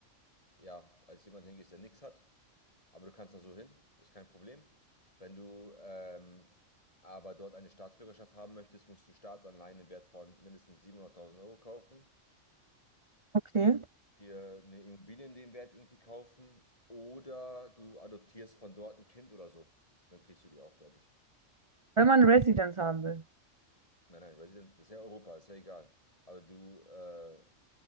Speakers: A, on the left; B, on the right.
A: ja, als jemand hingehst, der nichts hat. Aber du kannst da so hin, ist kein Problem. Wenn du ähm, aber dort eine Staatsbürgerschaft haben möchtest, musst du Staatsanleihen im Wert von mindestens 700.000 Euro kaufen.
B: Okay.
A: dir eine Immobilie in dem Wert irgendwie kaufen oder du adoptierst von dort ein Kind oder so. Dann kriegst du die auch, glaube ich.
B: Wenn man Residence haben will.
A: Nein, nein, Residence, das ist ja Europa, ist ja egal. Aber du, äh,